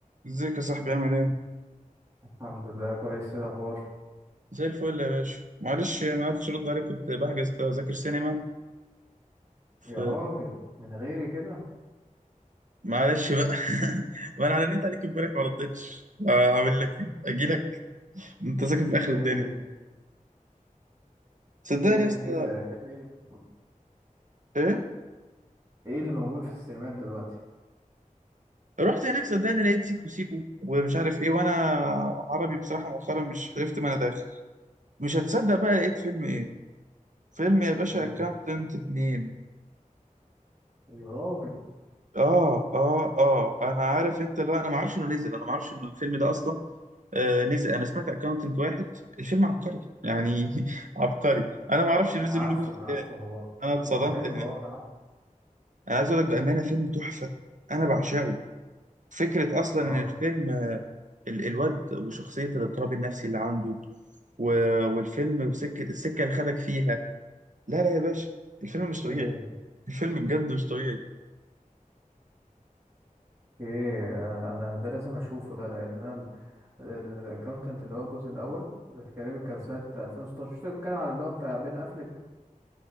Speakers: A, on the right; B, on the right.
A: ازيك يا صاحبي عامل ايه؟
B: الحمد لله كويس إيه الاخبار
A: زي الفل يا باشا معلش ما عرفتش ارد عليك كنت بحجز تذاكر سينما ف
B: يا راجل من غيري كده
A: معلش بقى <laughs> وانا رنيت عليك امبارح ما ردتش اعمل لك ايه؟ اجي لك انت ساكن في اخر
B: ايه
A: الدنيا صدقني
B: ايه بتحجز
A: يا اسطى
B: فيلم ايه اللي موجود
A: ايه؟
B: ايه اللي موجود في السينمات دلوقتي
A: رحت هناك صدقني لقيت سيكو سيكو ومش عارف ايه وانا عربي بصراحة مؤخرا مش عرفت ما انا داخل مش هتصدق بقى لقيت فيلم ايه؟ فيلم يا باشا
B: ايه
A: اكاونتنت اتنين
B: يا راجل
A: اه اه اه انا عارف انت لو انا ما اعرفش انه نزل انا ما اعرفش انه الفيلم ده اصلا آه، نزل انا سمعت اكاونتنت واحد الفيلم عبقري يعني <laughs> عبقري انا ما اعرفش نزل
B: انا عارفه
A: منه جزء
B: انا عارفه
A: تاني
B: هو
A: انا اتصدمت
B: هو حلو
A: هناك
B: اه انا عارفه
A: انا عايز اقول لك بامانه فيلم تحفه انا بعشقه فكره اصلا
B: اه
A: ان الفيلم آه، ال- الواد وشخصيه الاضطراب النفسي اللي عنده و- والفيلم وسكه السكه اللي خدك فيها لا لا يا باشا الفيلم مش طبيعي
B: ايه
A: الفيلم بجد مش طبيعي
B: ايه آه، انا ده لازم اشوفه ده لان انا الاكونتنت اللي هو الجزء الاول ده تقريبا كان سنه 2016 مش بتتكلم على اللي هو بتاع بين افلك